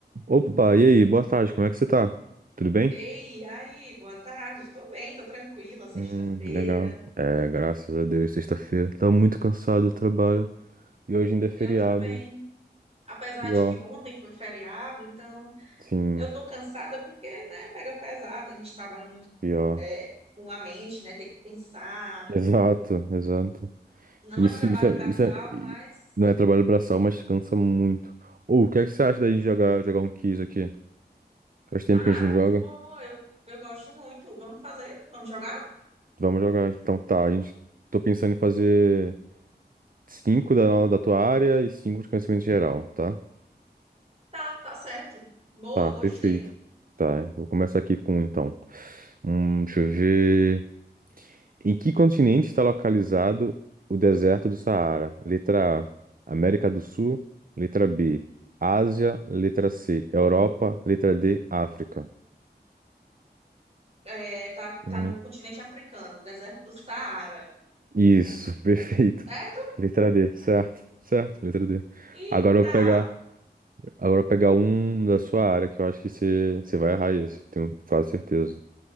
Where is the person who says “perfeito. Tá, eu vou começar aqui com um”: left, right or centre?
Right